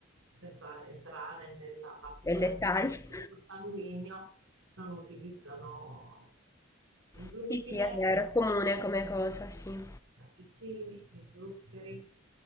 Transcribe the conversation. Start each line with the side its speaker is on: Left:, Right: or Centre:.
Right: senza entrare nella particolarità
Left: Del dettaglio.
Right: del
Left: <laughs>
Right: gruppo sanguigno, non utilizzano il glutine,
Left: Sì, sì, è vero,
Right: i latticini,
Left: è comune come
Right: i
Left: cosa, sì.
Right: latticini, gli zuccheri.